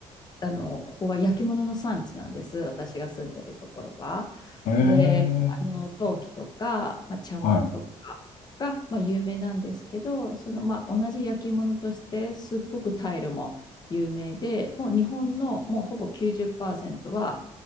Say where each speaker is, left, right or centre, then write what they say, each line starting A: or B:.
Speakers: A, on the left (about 35°); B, on the left (about 85°).
A: あの、ここは焼き物の産地なんです。私が住んでるところは。
B: ええ
A: で、あの、陶器とか、まあ、茶碗とかが、
B: はい、
A: まあ、有名なんですけど、その、まあ、同じ焼き物として、すっごくタイルも有名で、もう日本のもうほぼ90%は、